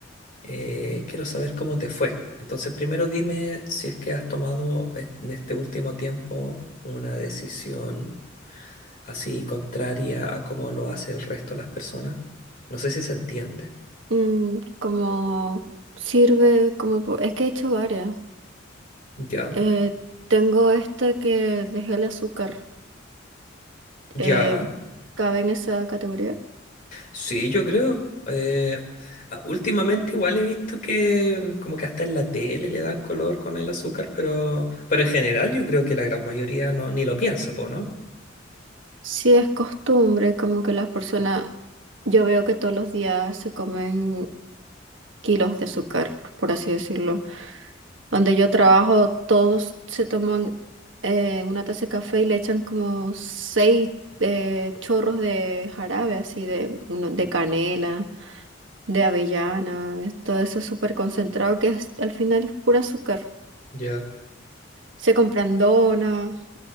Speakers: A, on the left (about 45°); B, on the right (about 80°).
A: eh, quiero saber cómo te fue. Entonces primero dime si es que has tomado es- en este último tiempo una decisión así contraria a cómo lo hace el resto de las personas. No sé si se entiende.
B: mm, como sirve, como po- es que he hecho varias.
A: Ya,
B: Eh, tengo este que dejé el azúcar. eh,
A: ya.
B: ¿cabe en esa categoría?
A: Sí, yo creo. Eh, a- últimamente igual he visto que mm, como que hasta en la tele le dan color con el azúcar, pero, pero en general yo creo que la gran mayoría no, ni lo piensa, po, ¿no?
B: Sí, es costumbre, como que las personas, yo veo que todos los días se comen kilos de azúcar, por por así decirlo. Donde yo trabajo, todos se toman eh, una taza de café y le echan como seis eh, chorros de jarabe, así de, uno, de canela. de avellana, es todo eso súper concentrado que es- al final es puro azúcar.
A: Ya,
B: Se compran donas,